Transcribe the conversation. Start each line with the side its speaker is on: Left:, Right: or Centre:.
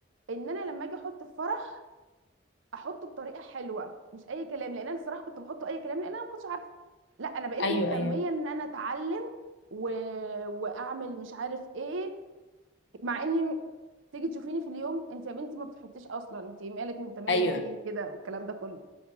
Right: ان انا لما اجي احط في فرح احطه بطريقه حلوه مش اي كلام لان انا الصراحه كنت بحطه اي كلام لان انا ما كنتش عارفه لا انا بقيت
Left: ايوه
Right: مهتميه
Left: ايوه
Right: ان انا اتعلم و... واعمل مش عارف ايه مع اني تيجي تشوفيني في اليوم انت يا بنتي ما بتحطيش اصلا انت مالك مهتميه
Left: ايوه
Right: ليه بيه كده والكلام ده كله